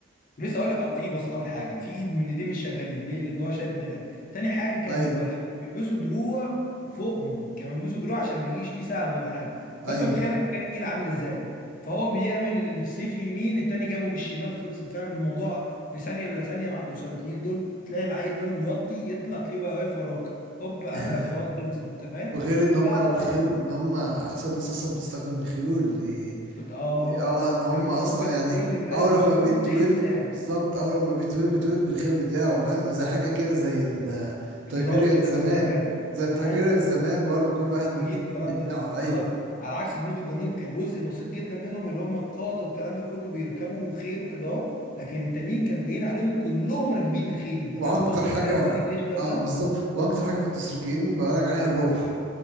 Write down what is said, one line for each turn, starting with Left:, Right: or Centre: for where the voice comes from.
Left: لسه اقول لك اه في بص اول حاجه في ايد من ايديه مش شغالين ليه؟ لان هو شارب درع تاني حاجه كان
Right: ايوه
Left: بيبقى لا- بيلبسوا دروع فوقهم كانوا بيلبسوا دروع عشان ما يجيش فيه سهم ولا حاجه
Right: ايوه
Left: فانت متخيل العسكري تقيل عامل ازاي فهو بيعمل السيف يمين التاني جابه بالشمال خلصت فاهم الموضوع في ثانيه الا ثانيه مع الدوسالوتيين دول تلاقي العيل منهم يوطي يطلع تلاقيه بقى واقف وراك هوب قتلك
Right: <laughs>
Left: خلاص خلصت انت فاهم
Right: وغير ان
Left: فلا
Right: هم
Left: لا
Right: الخيول
Left: لا لا
Right: ان هم احسن ناس اصلا بتستخدم الخيول دي,
Left: كنت اه
Right: دي اه ان هم
Left: كان
Right: اصلا
Left: معروف ان
Right: يعني
Left: كل فارس
Right: اول
Left: دوسراطي
Right: لما بيتولد
Left: بالخيل بتاعه
Right: بالظبط اول لما بيتولد بيتولد بالخيل بتاعه فاهم زي حاجه كده زي التايجيريان
Left: الميراث كده
Right: زمان
Left: بالنسبه له
Right: زي التايجيريان
Left: ايوه أيوه.
Right: زمان برضو كل واحد
Left: التنين
Right: والتنين
Left: والكلام
Right: بتاعه
Left: ده
Right: ايوه
Left: بالظبط على عكس جنود الجنوب كان جزء بسيط جدا منهم اللي هم القاده والكلام ده كله بيركبوا خيل وكده اهو لكن التانيين كانوا جايين عليهم كلهم راكبين الخيل انت
Right: واكتر
Left: فاهم بص
Right: حاجه
Left: الفرق ما بين الجيش ده
Right: اه
Left: وده
Right: بالظبط واكتر حاجه في الدستريكيين بقولك عليها الروح